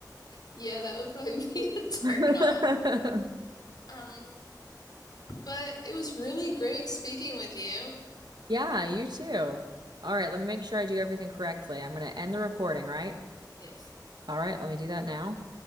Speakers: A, on the left; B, on the right.
A: Yeah, that would probably <laughs> be a turn
B: <laughs>
A: off. Um, But it was really great speaking with you.
B: Yeah, you too. All right, let me make sure I do everything correctly. I'm gonna end the recording, right?
A: Yes.
B: All right, let me do that now.